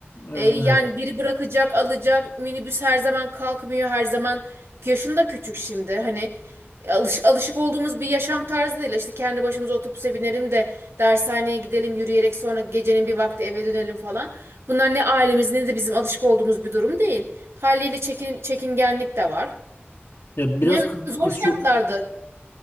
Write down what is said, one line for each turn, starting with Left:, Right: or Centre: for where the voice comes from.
Left: Evet.
Right: E, yani biri bırakacak, alacak. Minibüs her zaman kalkmıyor, her zaman yaşında küçük şimdi. Hani e, alış, alışık olduğumuz bir yaşam tarzı değil. İşte kendi başımıza otobüse binelim de dershaneye gidelim, yürüyerek sonra gecenin bir vakti eve dönelim falan. Bunlar ne ailemiz ne de bizim alışık olduğumuz bir durum değil. Haliyle çekin, çekingenlik de var.
Left: Ya biraz
Right: Yani
Left: kı-
Right: zor
Left: kız,
Right: şartlardı.